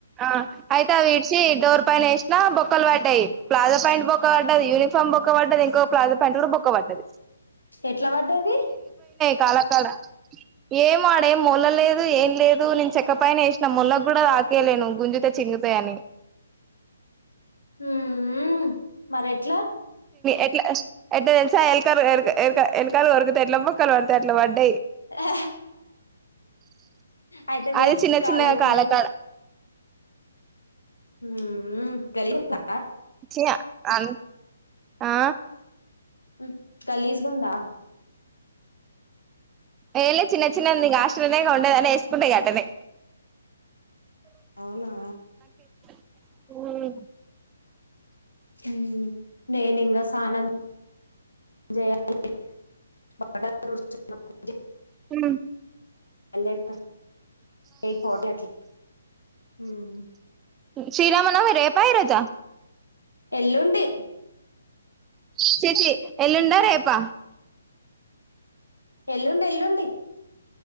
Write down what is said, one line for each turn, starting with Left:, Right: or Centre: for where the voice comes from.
Right: ఆ అయితే, అవి ఇడిచి డోర్ పైన ఏసినా బొక్కలు పడ్డాయి. ప్లాజా ప్యాంట్ బొక్క పడ్డది, యూనిఫామ్ బొక్క పడ్డది. ఇంకొ ప్లాజా ప్యాంటు కూడా బొక్క పడ్దది.
Left: ఎట్ల పడ్డది?
Right: కాళ్ల కాడ ఏమో ఆడేం మొలలేదు. ఏం లేదు. నేను చెక్కపైన ఏసినా. మొల్లకు కూడా తాకీయలేను. గుంజుతే చినుగుతాయని
Left: మ్. మరి ఎట్లా
Right: ఎట్లా, ఎట్ల తెలుసా, ఎల్కారు ఎరక ఎరక ఎలుకలు కొరుకుతే ఎట్ల బొక్కలు పడతాయి, అట్ల పడ్డాయి.
Left: ఆ అయితే మీక్
Right: అది చిన్న
Left: కాలేజీ
Right: చిన్నగా కాలకాడ
Left: లే మ్ ఉ గలీ ఉందా?
Right: చే అన్ ఆ,
Left: మ్ గలీజుగుందా?
Right: ఏం లే చిన్న చిన్న ఉందిగా ఆస్ట్లోనేగ ఉండేదని యేసుకుండే ఇంగ అతన్నే.
Left: అవునా
Right: మ్
Left: మ్ నేనింగ సానం చేయాలి <unintelligible>
Right: మ్
Left: అందరితో ఈ ఫో టకి మ్
Right: శ్రీరామ నవమి రేపా ఈ రోజా?
Left: ఎల్లుండి
Right: చి చి ఎల్లుండా రేపా?
Left: ఎల్లుండి. ఎల్లుండి.